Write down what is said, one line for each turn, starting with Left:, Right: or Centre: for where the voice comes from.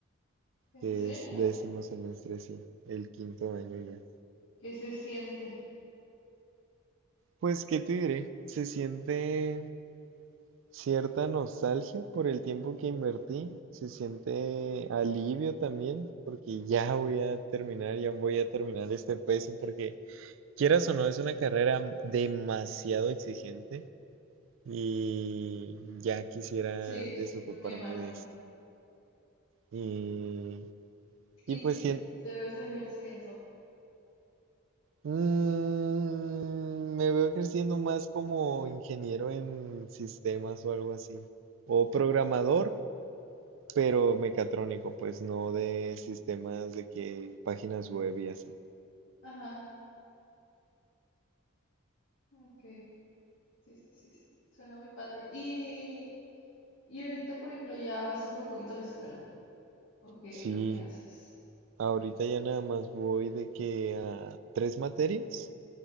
Left: ¿En
Right: que
Left: serio?
Right: es décimo semestre, sí, el quinto año ya.
Left: ¿Qué se siente?
Right: Pues, ¿qué te diré? Se siente cierta nostalgia por el tiempo que invertí, se siente alivio también, porque ya voy a terminar, ya voy a terminar este peso, porque quieras o no, es una carrera demasiado exigente y ya quisiera
Left: Sí,
Right: desocuparme
Left: s- me imagino.
Right: de esto. Y,
Left: ¿Y
Right: y pues
Left: si
Right: sien-
Left: te ves ejerciendo?
Right: mm, me veo creciendo más como ingeniero en sistemas o algo así, o programador. pero mecatrónico, pues no de sistemas de que páginas web y así.
Left: Ajá, ok. Sí, sí, sí, sí. Suena muy padre. Y, y ahorita, por ejemplo, ya vas súper poquito a la escuela. ¿O qué,
Right: Sí,
Left: o qué haces?
Right: ahorita ya nada más voy de que a tres materias.